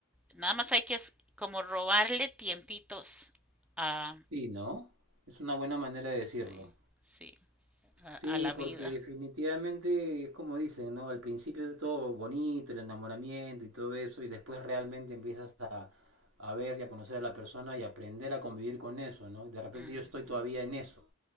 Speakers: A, in the centre; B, on the right.
A: nada más hay que es- como robarle tiempitos a,
B: Sí, ¿no? Es una buena manera de
A: sí,
B: decirlo.
A: sí, a,
B: Sí,
A: a la vida.
B: porque definitivamente es como dicen, ¿no? Al principio todo bonito, el enamoramiento y todo eso, y después realmente empiezas a, a ver y a conocer a la persona y aprender a convivir con eso, ¿no? De repente
A: Ujú.
B: yo estoy todavía en eso.